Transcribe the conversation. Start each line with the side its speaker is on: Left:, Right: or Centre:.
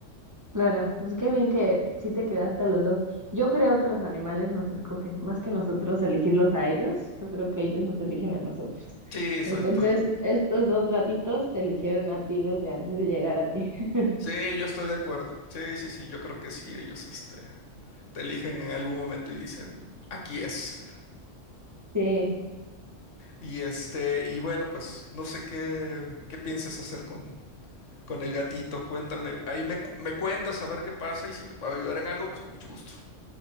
Right: Claro, pues qué bien que sí te quedaste a los dos. Yo creo que los animales nos escogen, más que nosotros elegirlos a ellos, yo creo que ellos nos eligen a nosotros.
Left: Sí, estoy-
Right: Entonces,
Left: estoy-
Right: estos dos gatitos te eligieron a ti desde antes de llegar a ti. <laughs>
Left: sí, yo estoy de acuerdo. Sí, sí, sí, yo creo que sí, ellos, este, te eligen en algún momento y dicen, aquí es. <laughs>
Right: Sí,
Left: Y este, y bueno, pues no sé qué, qué piensas hacer con, con el gatito. Cuéntame, ahí me, cu- me cuentas a ver qué pasa y si te puedo ayudar en algo, pues con mucho gusto.